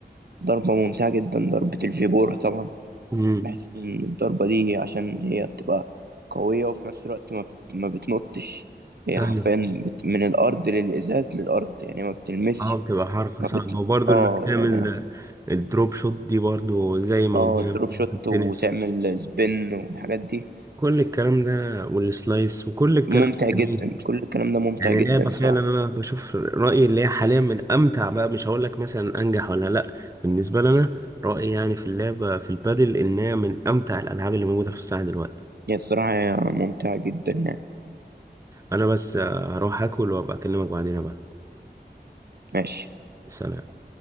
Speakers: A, on the right; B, on the right.
A: ضربة ممتعة جدا ضربة الفيبورا طبعا
B: امم
A: بحس إن الضربة دي عشان هي بتبقى قوية وفي نفس الوقت ما, بت... ما بتنطش هي
B: ايوه
A: حرفيا بت... من الأرض للإزاز للأرض يعني ما بتلمسش
B: اه بتبقى حركه
A: ما
B: صعبه
A: بت
B: وبرضه
A: اه
B: انك تعمل
A: يعني
B: الدروب شوت دي برضه زي ما
A: اه
B: موجودة
A: دروب شوت
B: في التنس
A: وتعمل سبين والحاجات دي
B: كل الكلام ده والسلايس وكل الكلام
A: ممتع
B: ده
A: جدا
B: جميل
A: كل الكلام ده ممتع
B: يعني
A: جدا
B: لعبة
A: الصراحة
B: فعلا أنا بشوف رأيي اللي هي حاليا من أمتع بقى مش هقول لك مثلا أنجح ولا لأ بالنسبة لنا رأيي يعني في اللعبة في البادل إنها من أمتع الألعاب اللي موجودة في الساعة دلوقتي
A: هي الصراحة هي ممتعة جدا يعني
B: أنا بس آه، هروح أكل وأبقى أكلمك بعدين بقى
A: ماشي
B: سلام